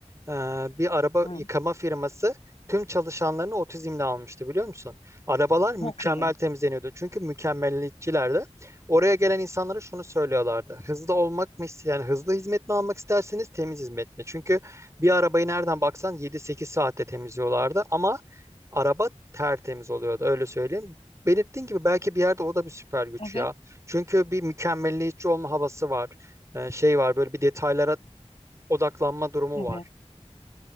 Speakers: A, on the right; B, on the left.
A: e, bir araba
B: Hı,
A: yıkama firması tüm çalışanlarını otizmle almıştı biliyor musun? Arabalar mükemmel
B: çok iyi.
A: temizleniyordu çünkü mükemmeliyetçilerdi. Oraya gelen insanlara şunu söylüyorlardı hızlı olmak mı iste- yani hızlı hizmet mi almak isterseniz temiz hizmet mi? Çünkü bir arabayı nereden baksan 7-8 saatte temizliyorlardı ama Araba tertemiz oluyordu öyle söyleyeyim. Belirttiğin gibi belki bir yerde o da bir süper güç
B: Evet,
A: ya. Çünkü bir mükemmelliyetçi olma havası var. Ee, şey var böyle bir detaylara odaklanma durumu
B: evet.
A: var.